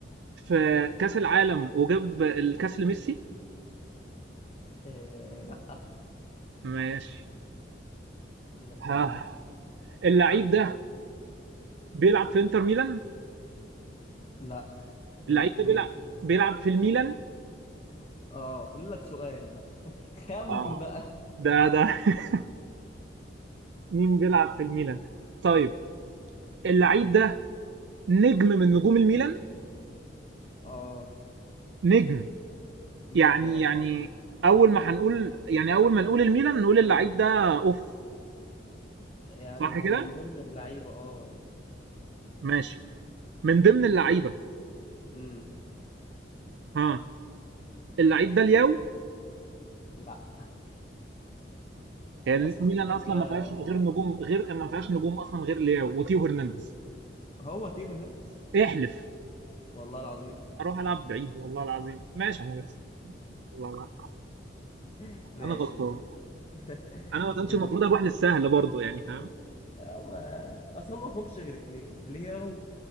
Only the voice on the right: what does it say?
في كاس العالم وجاب الكاس لميسي
ماشي
ها
اللعيب ده بيلعب في انتر ميلان
اللعيب
ده بيلعب بيلعب في الميلان
اه
ده ده <laughs> مين بيلعب في الميلان طيب اللعيب ده نجم من نجوم الميلان
نجم
يعني
يعني أول ما هنقول يعني أول ما نقول الميلان نقول اللعيب ده أوف
صح
كده؟
ماشي من ضمن اللعيبة
ها اللعيب ده لياو
هي
الميلان
أصلا
ما فيهاش غير
نجوم غير ما فيهاش نجوم أصلا غير لياو وتيو هرنانديز
احلف
أروح ألعب بعيد والله العظيم ماشي يا مهندس والله العظيم.
أنا غلطان
أنا ما كانش
المفروض
أروح للسهل برضه يعني فاهم؟